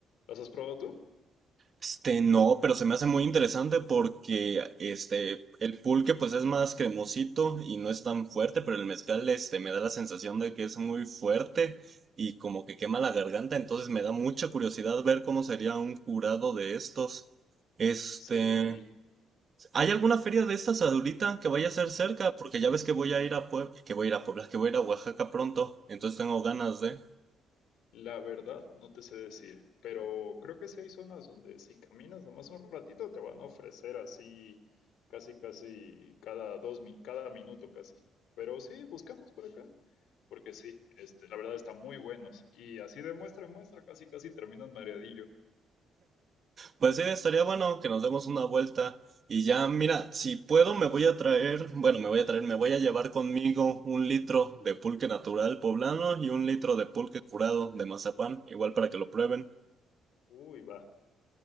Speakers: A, on the left (about 85°); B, on the right (about 45°).
A: ¿Los has probado tú?
B: Este, no, pero se me hace muy interesante porque este, el pulque pues es más cremosito y no es tan fuerte, pero el mezcal este me da la sensación de que es muy fuerte y como que quema la garganta, entonces me da mucha curiosidad ver cómo sería un curado de estos. Este,
A: Sí.
B: ¿hay alguna feria de estas ahorita que vaya a ser cerca? Porque ya ves que voy a ir a Puebla, que voy a ir a Puebla, que voy a ir a Oaxaca pronto, entonces tengo ganas de.
A: La verdad, no te sé decir, pero creo que sí hay zonas donde si caminas nomás un ratito te van a ofrecer así casi casi cada dos mi- cada minuto casi. Pero sí, buscamos por acá, porque sí, este, la verdad están muy buenos y así de muestra en muestra casi casi terminas mareadillo.
B: Pues sí, estaría bueno que nos demos una vuelta y ya, mira, si puedo me voy a traer, bueno, me voy a traer, me voy a llevar conmigo un litro de pulque natural poblano y un litro de pulque curado de mazapán, igual para que lo prueben.
A: Uy, va.